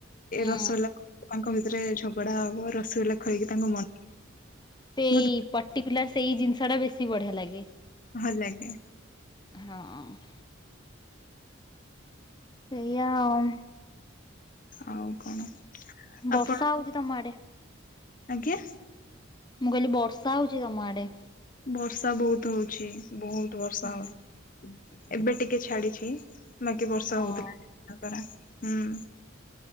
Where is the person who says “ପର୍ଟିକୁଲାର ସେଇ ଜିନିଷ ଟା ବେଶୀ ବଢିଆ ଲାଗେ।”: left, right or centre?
Left